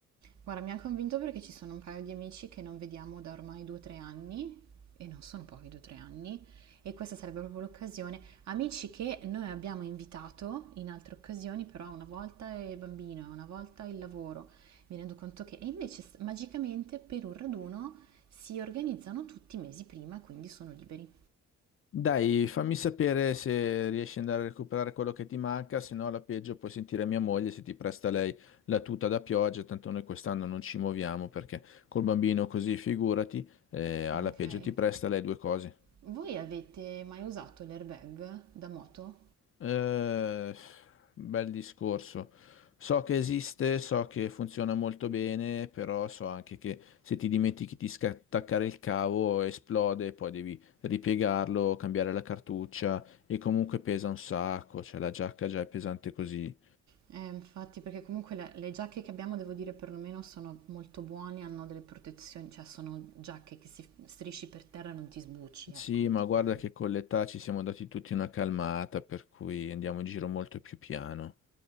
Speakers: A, on the right; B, on the left.
A: Guarda, mi ha convinto perché ci sono un paio di amici che non vediamo da ormai due o tre anni, e non sono pochi due o tre anni, e questa sarebbe proprio l'occasione. Amici che noi abbiamo invitato in altre occasioni, però una volta è il bambino, una volta il lavoro. Mi rendo conto che, e invece s- magicamente per un raduno si organizzano tutti i mesi prima, e quindi sono liberi.
B: Dai, fammi sapere se riesci ad andare a recuperare quello che ti manca, se no alla peggio puoi sentire mia moglie se ti presta lei la tuta da pioggia, tanto noi quest'anno non ci muoviamo perché col bambino così figurati, eh, alla
A: Ah, Ok.
B: peggio ti presta lei due cose.
A: Voi avete mai usato l'airbag da moto?
B: Eh, bel discorso. So che esiste, so che funziona molto bene, però so anche che se ti dimentichi di sca- attaccare il cavo esplode, poi devi ripiegarlo, cambiare la cartuccia e comunque pesa un sacco, cioè la giacca già è pesante così.
A: Eh, infatti, perché comunque le, le giacche che abbiamo, devo dire, perlomeno sono molto buone, hanno delle protezioni, cioè sono giacche che si strisci per terra e non ti sbucci,
B: Sì,
A: ecco, non
B: ma
A: ti fai.
B: guarda che con l'età ci siamo dati tutti una calmata, per cui andiamo in giro molto più piano.